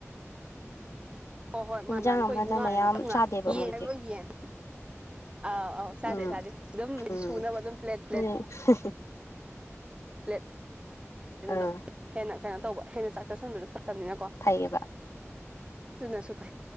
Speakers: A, on the right; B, on the left.
A: ꯍꯣ ꯍꯣꯏ ꯃꯥꯅꯤ
B: ꯏꯟꯖꯥꯡ
A: ꯃꯥꯅꯤ ꯑꯩꯈꯣꯏꯕꯨ
B: ꯑꯃꯗ
A: ꯉꯥ
B: ꯃꯌꯥꯝ
A: ꯇꯞ ꯉꯥ
B: ꯆꯥꯗꯦꯕ
A: ꯌꯦꯟꯅ
B: ꯃꯣꯏꯗꯤ
A: ꯂꯣꯏ ꯌꯦꯟ ꯑꯥꯎ ꯑꯥꯎ ꯁꯥꯗꯦ
B: ꯎꯝ
A: ꯁꯥꯗꯦ ꯑꯗꯨꯝ ꯍꯥꯏꯗꯤ
B: ꯎꯝ
A: ꯁꯨꯅꯕ ꯑꯗꯨꯝ ꯄ꯭ꯂꯦꯠ ꯄ꯭ꯂꯦꯠ
B: <inaudible>
A: ꯄ꯭ꯂꯦꯠ
B: ꯑꯥ
A: ꯑꯗꯨꯝ ꯍꯦꯟꯅ ꯀꯩꯅꯣ ꯇꯧꯕ ꯍꯦꯟꯅ ꯆꯥꯛ ꯆꯁꯤꯟꯕꯗꯣ ꯐꯠꯇꯕꯅꯤꯅꯀꯣ
B: ꯀꯩꯑꯕ
A: ꯑꯗꯨꯅꯁꯨ ꯐꯩ